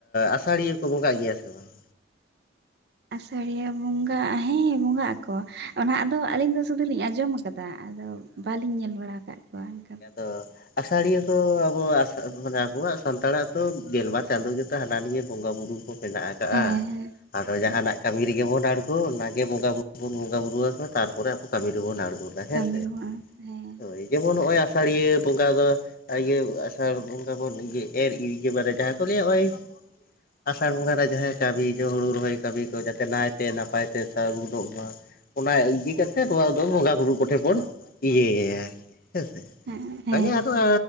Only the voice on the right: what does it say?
ᱟᱥᱟᱲᱤᱭᱟᱹ ᱵᱚᱸᱜᱟ ᱦᱮᱸ ᱵᱚᱸᱜᱟᱟᱜ ᱟᱠᱚ ᱚᱱᱟ ᱟᱫᱚ ᱟᱹᱞᱤᱧ ᱫᱚ ᱥᱩᱫᱩ ᱞᱤᱧ ᱟᱸᱡᱚᱢ ᱟᱠᱟ ᱠᱟᱫᱟ ᱟᱫᱚ ᱵᱟᱹᱞᱤᱧ ᱧᱮᱞ ᱵᱟᱲᱟ ᱟᱠᱟᱫ ᱠᱚᱣᱟ ᱮᱠᱷᱟᱱ
ᱦᱮᱸ
ᱦᱮᱸ
ᱠᱟᱹᱢᱤ ᱨᱮᱦᱚᱸ ᱦᱮᱸ
ᱦᱮᱸ ᱦᱮᱸ